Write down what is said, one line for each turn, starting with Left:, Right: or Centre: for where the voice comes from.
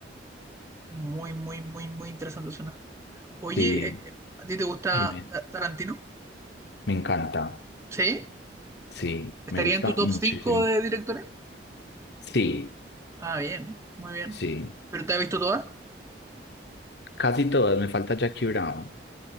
Right: Muy, muy, muy, muy interesante suena. Oye,
Left: Sí,
Right: eh, ¿a ti te gusta
Left: dime,
Right: Ta- Tarantino?
Left: me encanta.
Right: ¿Sí?
Left: Sí,
Right: ¿Estaría
Left: me gusta
Right: en tu top
Left: muchísimo.
Right: 5 de directores?
Left: Sí,
Right: Ah, bien, muy bien.
Left: sí.
Right: ¿Pero te has visto todas?
Left: Casi todas, me falta Jackie Brown.